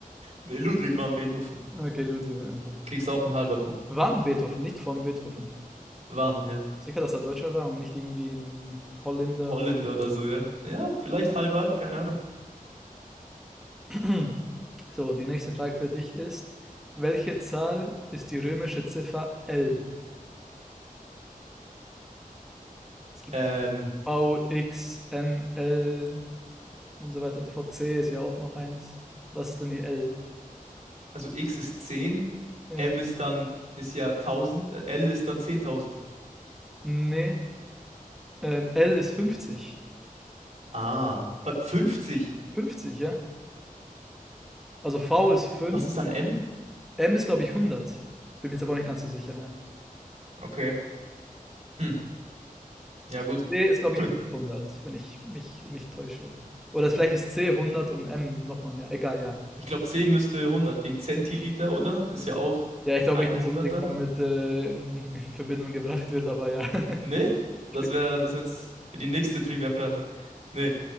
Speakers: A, on the right; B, in the centre.
A: Nee, Ludwig van Beethoven.
B: Okay, Ludwig, okay.
A: Kriegst auch einen halber Punkt.
B: Wann Beethoven, nicht von Beethoven.
A: Waren, ja.
B: Sicher, dass er Deutscher war und nicht irgendwie ein Holländer.
A: Holländer oder so, ja. Ja, vielleicht halb, halb, keine Ahnung.
B: <clears throat> So, die nächste Frage für dich ist, welche Zahl ist die römische Ziffer L? Es gibt
A: Ähm,
B: die V, X, M, L und so weiter und so fort. C ist ja auch noch eins. Was ist denn die L?
A: also X ist 10.
B: Äh,
A: M ist dann, ist ja tausend. äh, L ist dann zehntausend.
B: nee, ähm, L ist 50.
A: Ah, was, Fünfzig.
B: 50, ja? Also V ist 5,
A: Was ist dann M?
B: M ist glaube ich hundert. Bin mir jetzt aber auch nicht ganz so sicher mehr.
A: Okay. Hm, ja gut.
B: C ist glaube
A: <laughs>
B: ich hundert, wenn ich mich nicht täusche. Oder vielleicht ist C hundert und M nochmal mehr. Egal, ja.
A: Ich glaube, C müsste hundert wegen Zentiliter, oder? Ist ja auch
B: Ja, ich glaube
A: 100
B: nicht, dass unbedingt
A: dann.
B: damit, äh, in in Verbindung gebracht wird, aber ja. <laughs>
A: Nee? Das
B: Ich
A: wäre
B: bin
A: das wär's für die nächste Trivia-Frage. Nee.